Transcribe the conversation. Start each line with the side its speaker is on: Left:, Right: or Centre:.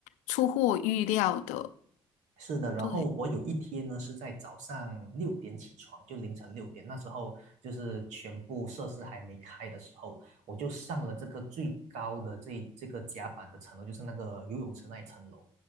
Left: 出乎我预料的。
Right: 是的，然后我有一天呢是在早上六点起床，
Left: 对。
Right: 就凌晨六点，那时候就是全部设施还没开的时候，我就上了这个最高的这这个甲板的层楼，就是那个游泳池那一层楼。